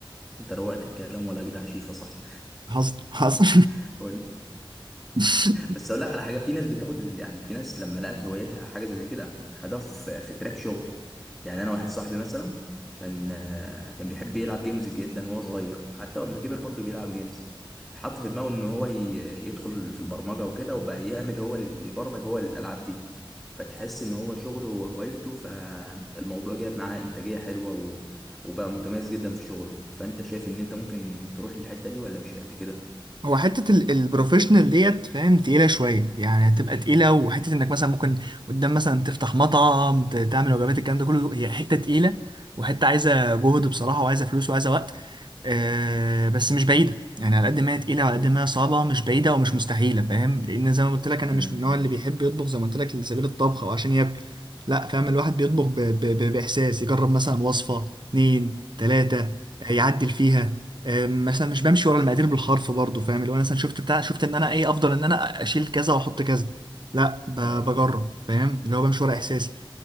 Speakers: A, in the centre; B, on the right.
A: انت روقت الكلام ولا اجدع شيفة صح
B: حصل حصل
A: <laughs>
B: <laughs>
A: بس اقول لك على حاجه في ناس بتاخد ال- يعني في ناس لما لقت هوايتها حاجه زي كده خدوها في في تراك شغل يعني انا واحد صاحبي مثلا كان آه، كان بيحب يلعب جيمز جدا وهو صغير حتى لما كبر برضه بيلعب جيمز حط في دماغه ان هو ي- يدخل في البرمجه وكده وبقى يعمل هو ال- يبرمج هو الالعاب دي فتحس ان هو شغله هو هوايته فالموضوع جايب معاه انتاجيه حلوه و- وبقى متميز جدا في شغله فانت شايف ان انت ممكن تروح للحته دي ولا مش قد كده
B: هو حتة ال- البروفيشنال ديت فاهم تقيلة شوية يعني هتبقى تقيلة وحتة انك مثلا ممكن قدام مثلا تفتح مطعم ت- تعمل وجبات الكلام ده كله هي حتة تقيلة وحتة عايزة جهد بصراحة وعايزة فلوس وعايزة وقت آه بس مش بعيدة يعني على قد ما هي تقيلة وعلى قد ما هي صعبة مش بعيدة ومش مستحيلة فاهم لأن زي ما قلت لك أنا
A: امم
B: مش من النوع اللي بيحب يطبخ زي ما قلت لك لسبيل الطبخ أو عشان ياكل لا فاهم الواحد بيطبخ ب... ب... ب... بإحساس يجرب مثلا وصفة اتنين تلاتة يعدل فيها أم، مثلا مش بمشي ورا المقادير بالحرف برضه فاهم اللي هو أنا مثلا شفت بتاع شفت ان انا ايه افضل ان انا اشيل كذا واحط كذا لا ب-
A: اه
B: بجرب فاهم اللي هو بمشي ورا احساسي